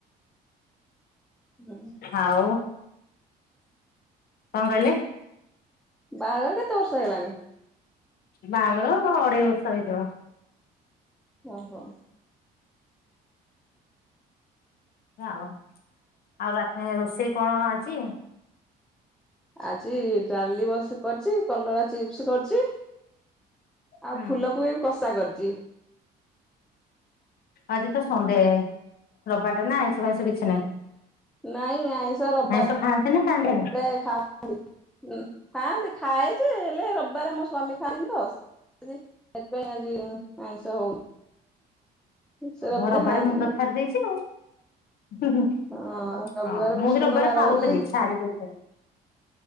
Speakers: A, in the centre; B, on the left (about 65°).
A: ବଲ
B: ଆଉ କଣ କହିଲେ?
A: ବାହାଘର କେତେ ବର୍ଷ ହେଲାଣି
B: ବାହାଘର ଅଢେଇ ବର୍ଷ ହେଇଯିବ।
A: ଓ ହୋ
B: ଆଉ ଆଉ ରାତି ରୋଷେଇ କଣ ଆଜି
A: ଆଜି ଡାଲି ବସ କରିଛି କଲରା ଚିପ୍ସ କରିଛି। ଆଉ
B: ହୁଁ
A: ଫୁଲ କୋବି କଷା କରିଚି ଜି
B: ଆଜି ତ ସଣ୍ଡେ ରବି ବାର ଟା ନା ଆଇଁଷ ଫଇଁଷ କିଛି ନାହିଁ।
A: ନାଇ ଆାଇଁଷ ରବିବାର
B: ଆଇଁଷ ଖାଆନ୍ତି ନା ଖାଆନ୍ତିନି
A: ଖାଉ ହଁ <inaudible> ଖାଆନ୍ତି ଖାଏଯେ ହେଲେ ରବିବାରେ ମୋ ସ୍ଵାମୀ ଖାଆନ୍ତିନି ତ ସେଥିପାଇଁ ଆଜି ଆଇଁଷ ହଉନି ସେ
B: ହଁ ରବିବାରେ
A: ଖାଆନ୍ତି
B: ମୁଁ ତ
A: ନାହିଁ।
B: ଛାଡି ଦେଇଛି ହଁ ମୁଁ
A: ହଁ ରବିବାର ବିଷ୍ଣୁଙ୍କ
B: ବି ରବିବାର
A: ବାର
B: ଖାଉଥିଲି
A: ବୋଲି ହଁ
B: ଛାଡି <inaudible>